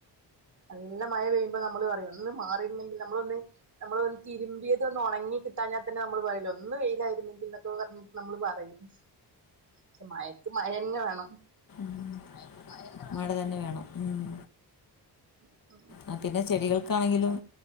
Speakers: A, on the right (about 40°); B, on the left (about 50°).
A: നല്ല മയ പെയ്യുമ്പോ നമ്മള് പറയും ഒന്ന് മാറിര്ന്നെങ്കി നമ്മളൊന്ന് നമ്മള് തിരുമ്പിയതൊന്നൊണങ്ങി കിട്ടാഞ്ഞ തന്നെ നമ്മള് പറേല്ലേ ഒന്ന് വെയിലായിര്ന്നെങ്കിൽ എന്നൊക്കെ പറഞ് നമ്മള് പറയും പക്ഷെ മയക്ക് മയന്നെ വേണം
B: <inaudible> മഴ തന്നെ വേണം ഉം.
A: ഉം ഉം
B: ആ പിന്നെ ചെടികൾക്കാണെങ്കിലും